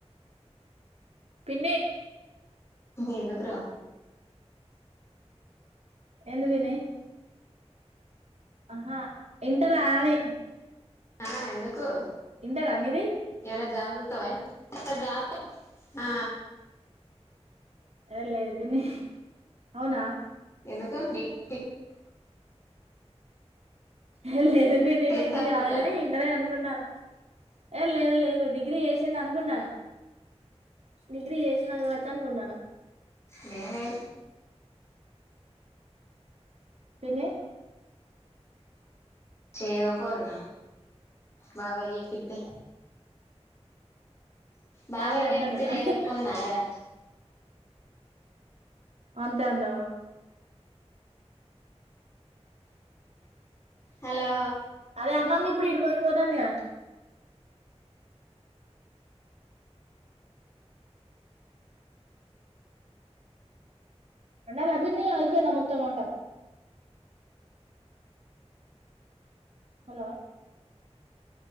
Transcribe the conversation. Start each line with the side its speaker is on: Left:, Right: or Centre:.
Right: పిన్ని
Left: ఎందుకూర
Right: ఎందు తని ఆహా ఇంటారా ఆనీ
Left: ఆ ఎందుకు
Right: ఇంటర నిది
Left: ఏమైనా జాబ్ జుత్తవ ఏంది నా జాబ్ ఆ
Right: ఎ లేదు పిన్ని అవునా
Left: ఎందుకు డిగ్
Right: హే లేద్ పిన్ని నీ
Left: టెన్త్
Right: డిగ్రీ
Left: అనుకుంటానవా
Right: కాదుగాని ఇంటరే అనుకుంటాన్న ఏ లేదు లేదు డిగ్రీ చేసిండు అనుకుంటాన్న డిగ్రీ చేసినవు కావచ్చు అనుకుంటాన్న
Left: నేనే
Right: పిన్ని
Left: చేయవ పోదున్న బాబాయి చెపిత్తే బాబాయి
Right: బాబాయ్ వద్దన్నాడా
Left: చెపిత్తే చేయకపోదునారా
Right: అంతే అండవా
Left: హలో
Right: అదే అమ్మమ్మ ఇప్పుడు ఇటు పోయి పోతంది గ వండాల పిన్ని అయిపోయింద మొత్తం వంట హలో